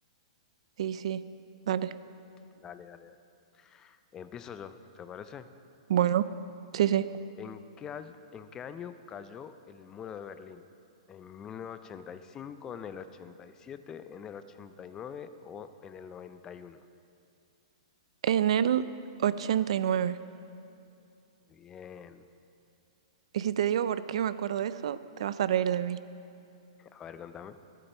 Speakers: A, on the right; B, on the left.
A: Sí, sí, dale.
B: Dale, dale, dale. Empiezo yo, ¿te parece?
A: Bueno, sí, sí.
B: ¿En qué, año- en qué año cayó el muro de Berlín? ¿En 1985, en el 87, en el 89 o en el noventa y uno.
A: En el 89. Y nueve.
B: Muy bien.
A: Y si te digo por qué me acuerdo de eso, te vas a reír de mí.
B: A ver, contame.